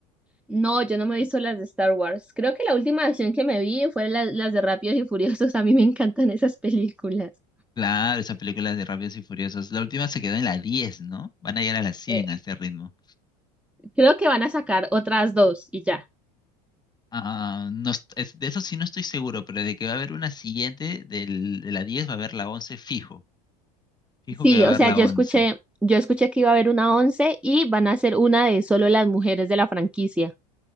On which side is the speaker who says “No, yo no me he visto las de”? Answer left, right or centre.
Centre